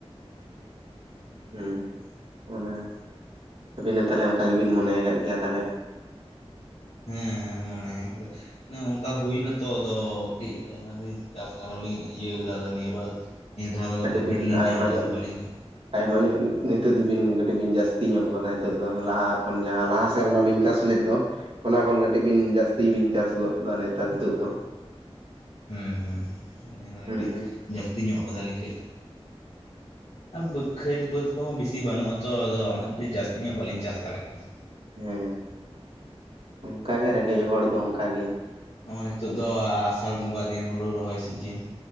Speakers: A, on the right; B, on the left.
A: ᱦᱩᱸ ᱚᱱᱟ ᱟᱹᱵᱤᱱ ᱦᱚᱸ ᱛᱟᱦᱞᱮ ᱚᱱᱠᱟ ᱜᱮᱵᱤᱱ ᱢᱚᱱᱮᱭ ᱠᱟᱜ ᱜᱮᱭᱟ ᱛᱟᱞᱦᱮ?
B: ᱦᱮᱸ ᱦᱮᱸ ᱢᱚᱱᱮ <unintelligible> ᱚᱱᱮ ᱚᱱᱠᱟ ᱦᱩᱭ ᱱᱟᱛᱚ ᱟᱫᱚ ᱠᱟᱹᱴᱤᱡ ᱟᱫᱚ ᱚᱱᱟ ᱜᱤᱧ ᱪᱟᱥ ᱟᱨᱚᱞᱤᱧ ᱤᱭᱟᱹᱣ ᱠᱟᱫᱟ ᱟᱫᱚ ᱱᱤᱭᱟᱹ ᱵᱟᱨ ᱱᱤᱭᱟᱹ ᱫᱷᱟᱣ ᱫᱚ ᱟᱫᱚ
A: ᱠᱟᱹᱴᱤᱡ
B: ᱯᱚᱯᱷᱤᱴ
A: ᱵᱤᱱ
B: ᱞᱤᱧ
A: ᱟᱭᱢᱟ
B: ᱧᱟᱢ ᱫᱟ
A: ᱧᱚᱜ
B: ᱥᱮ ᱵᱟᱹᱞᱤᱧ
A: ᱵᱤᱱ
B: ᱧᱟᱢ
A: ᱟᱭᱢᱟ ᱧᱚᱜ ᱱᱤᱛᱚᱜ ᱫᱚᱵᱤᱱ ᱠᱟᱹᱴᱤᱡ ᱵᱤᱱ ᱡᱟᱹᱥᱛᱤ ᱧᱚᱜ ᱠᱟᱫᱟ ᱱᱤᱛᱚᱜ ᱫᱚ ᱞᱟᱦᱟ ᱠᱷᱚᱱ ᱡᱟᱦᱟᱸ ᱞᱟᱦᱟ ᱥᱮᱨᱢᱟ ᱵᱤᱱ ᱪᱟᱥ ᱞᱮᱫ ᱫᱚ ᱚᱱᱟ ᱠᱷᱚᱱ ᱠᱟᱹᱴᱤᱡ ᱵᱤᱱ ᱡᱟᱹᱥᱛᱤ ᱵᱤᱱ ᱪᱟᱥ ᱜᱚᱫ ᱫᱟ ᱱᱮᱛᱟᱨ ᱱᱤᱛᱚᱜ ᱫᱚ ᱾
B: ᱦᱩᱸ ᱦᱩᱸ ᱱᱤᱭᱟᱹ ᱵᱟᱨ
A: ᱦᱩᱸ
B: ᱠᱟᱹᱴᱤᱡ
A: ᱦᱩᱸ
B: ᱡᱟᱹᱥᱛᱤ ᱧᱚᱜ ᱠᱟᱫᱟᱞᱤᱧ ᱠᱟᱹᱡ ᱟ ᱵᱟᱹᱠᱷᱟᱹᱛ ᱵᱟᱹᱫᱽ ᱠᱚᱦᱚᱸ ᱵᱤᱥᱤ ᱵᱟᱹᱱᱩᱜᱼᱟ ᱛᱚ ᱟᱫᱚ ᱚᱱᱟ ᱦᱚᱛᱮᱡ ᱛᱮ ᱡᱟᱹᱥᱛᱤ ᱧᱚᱜ ᱵᱟᱹᱞᱤᱧ ᱪᱟᱥ ᱫᱟᱲᱮᱜ ᱠᱟᱱᱟ᱾
A: ᱦᱮᱸ ᱚᱱᱠᱟᱜᱮ ᱨᱮᱸᱜᱮᱡ ᱦᱚᱲ ᱫᱚ ᱚᱱᱠᱟ ᱜᱮ᱾
B: ᱦᱚᱜᱼᱚᱭ ᱱᱤᱛᱚᱜ ᱫᱚ ᱟᱥᱟᱲ ᱵᱚᱸᱜᱟ ᱫᱤᱱ ᱦᱳᱲᱳ ᱨᱚᱦᱚᱭ ᱥᱤᱡᱤᱱ᱾